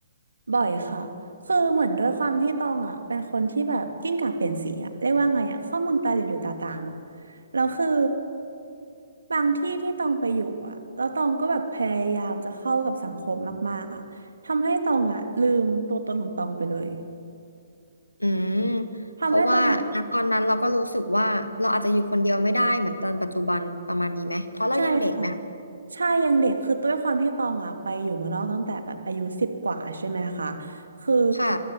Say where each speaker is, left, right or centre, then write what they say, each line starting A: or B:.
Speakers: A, on the right; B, on the left.
A: บ่อยค่ะ คือเหมือนด้วยความที่ตองอ่ะเป็นคนที่แบบกิ้งก่าเปลี่ยนสีอ่ะเรียกว่าไงอ่ะเข้าเมืองตาหลิวหลิวตาตามอ่ะแล้วคือบางที่ที่ตองไปอยู่อ่ะแล้วตองก็แบบพยายามจะเข้ากับสังคมมากๆอ่ะทำให้ตองอ่ะลืมตัวตนของตองไปเลย
B: อืม
A: ทำให้ตอง
B: เพราะว่าณตอนนั้นเราก็รู้สึกว่าเราอาจจะอยู่คนเดียวไม่ได้เหมือนตอนปัจจุบันประมาณนี้ไหมเพราะเรายังเด็กไหม
A: ใช่ค่ะใช่ยังเด็กคือด้วยความที่ตองอ่ะไปอยู่เมืองนอกตั้งแต่แบบอายุสิบกว่าใช่ไหมคะคือ
B: ค่ะ